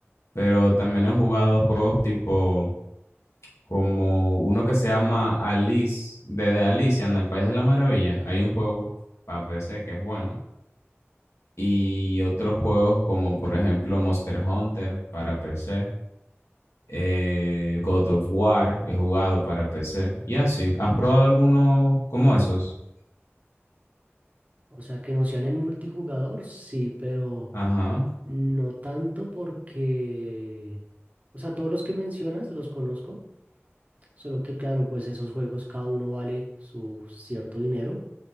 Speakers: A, on the left; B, on the right.
A: pero también he jugado juegos tipo como uno que se llama Alice, de, de Alicia en el País de la Maravilla. Hay un juego para PC que es bueno. Y otros juegos como, por ejemplo, Monster Hunter para PC. eh, God of War, he jugado para PC. Y así, ¿has probado alguno como esos?
B: O sea, que no sean en multijugador, sí, pero
A: Ajá.
B: no tanto porque... O sea, todos los que mencionas los conozco, solo que claro, pues esos juegos cada uno vale su cierto dinero.